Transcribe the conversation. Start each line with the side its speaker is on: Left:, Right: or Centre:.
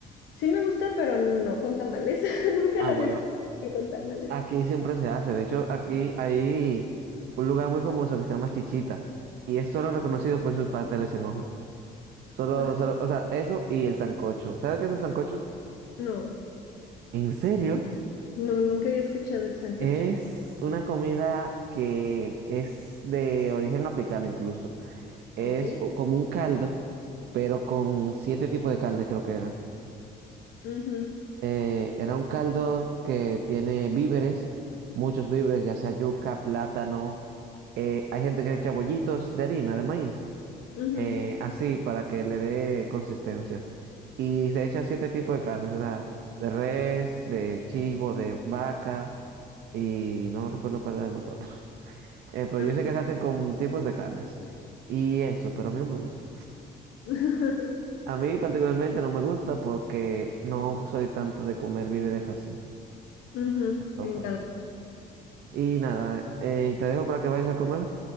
Left: Sí me gusta, pero no con tamales. <laughs> Nunca
Right: Ah,
Left: la
Right: bueno.
Left: había escuchado con tamales.
Right: Aquí siempre se hace. De hecho, aquí hay un lugar muy famoso que se llama Chichita. Y es solo reconocido por sus pasteles en hoja. Solo,
Left: Ah,
Right: solo. O sea, eso y el sancocho. ¿Sabes qué es el sancocho?
Left: no,
Right: ¿En serio?
Left: no, nunca había escuchado el sancocho.
Right: Es una comida que es de origen africano incluso. Es
Left: Ok.
Right: o- como un caldo, pero con siete tipos de carne creo que era.
Left: Ujú,
Right: Eh, era un caldo que tiene víveres, muchos víveres, ya sea yuca, plátano. eh, hay gente que le echa bollitos de harina, de maíz,
Left: ujú,
Right: eh, así para que le dé consistencia. Y se echa siete tipos de carnes, o sea, de res, de chivo, de vaca y no me recuerdo cuál era los <laughs> otros. Eh, pero
Left: ah.
Right: yo sé que se hacen con tipos de carnes y eso, pero a mí no me gusta.
Left: <laughs>
Right: A mí particularmente no me gusta porque no soy tanto de comer víveres así,
Left: Ujú,
Right: en sopa.
Left: en caldo.
Right: Y nada, eh, te dejo para que vayas a comer.